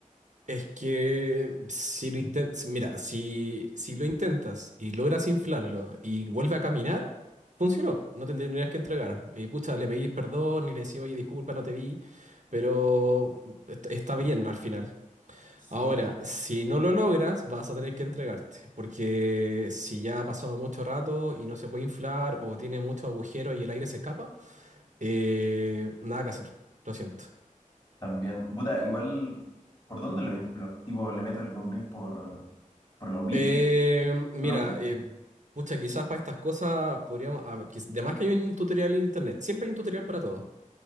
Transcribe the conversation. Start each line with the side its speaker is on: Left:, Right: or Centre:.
Right: Es que si lo intentas, mira, si, si lo intentas y logras inflarlo y vuelve a caminar, funcionó, no te tendrías que entregar. Y pucha, le pedís perdón y le decís, oye, disculpa, no te vi, pero est- está bien al final.
Left: Sí.
Right: Ahora, si no lo logras, vas a tener que entregarte, porque si ya ha pasado mucho rato y no se puede inflar o tiene mucho agujero y el aire se escapa, eh, nada que hacer, lo siento.
Left: También, puta, igual, ¿por dónde lo inflo? Tipo, le meto el bombín por, por el ombligo,
Right: Eh, mira,
Left: por el Claro. ombligo.
Right: eh, pucha, quizás para estas cosas podríamos. a ver, quiz- además que hay un tutorial en internet, siempre hay un tutorial para todo.